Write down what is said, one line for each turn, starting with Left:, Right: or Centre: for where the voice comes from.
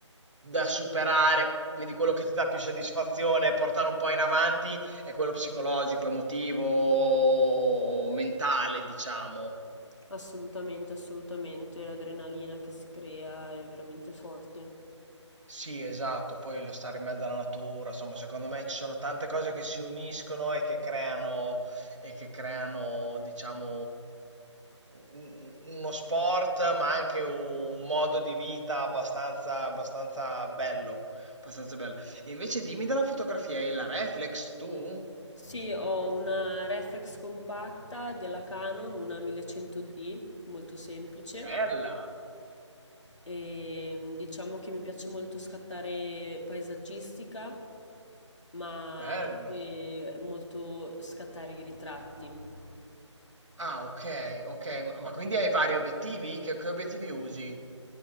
Right: da superare, quindi quello che ti dà più soddisfazione e portare un po' in avanti, è quello psicologico, emotivo, mentale, diciamo.
Left: assolutamente, assolutamente l'adrenalina che si crea è veramente forte.
Right: Sì, esatto, poi lo stare in mezzo alla natura, insomma, secondo me ci sono tante cose che si uniscono e che creano, e che creano, diciamo, un- uno sport, ma anche un modo di vita abbastanza, abbastanza bello, abbastanza bello. Invece dimmi della fotografia, hai la reflex tu?
Left: Sì, ho una reflex compatta della Canon, una 1100D, molto semplice,
Right: Bella,
Left: E diciamo che mi piace molto scattare paesaggistica, ma
Right: bello.
Left: anche molto scattare i ritratti.
Right: Ah, ok, ok, ma, ma quindi hai vari obiettivi? Che, che obiettivi usi?